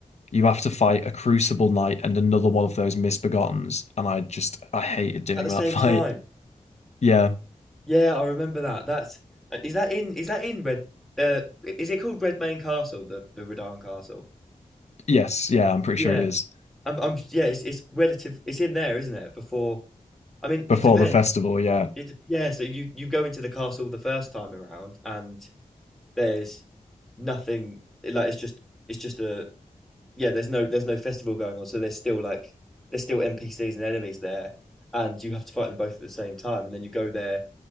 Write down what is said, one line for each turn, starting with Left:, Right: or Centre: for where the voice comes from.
Left: You have to fight a Crucible Knight and another one of those Misbegottens, and I just I hated doing
Centre: At the same
Left: that <laughs> fight.
Centre: time,
Left: Yeah,
Centre: yeah, I remember that. That's uh, is that in is that in Red? Uh, i- is it called Redmayne Castle, the the Redan Castle?
Left: yes, yeah, I'm pretty
Centre: Yeah.
Left: sure it is
Centre: I'm, I'm yeah, it's it's relative. It's in there, isn't it? Before, I mean,
Left: before
Centre: it depends.
Left: the festival. Yeah,
Centre: It dep- yeah. So you you go into the castle the first time around, and there's nothing. Like it's just it's just a yeah, there's no there's no festival going on, so there's still like there's still NPCs and enemies there, and you have to fight them both at the same time, and then you go there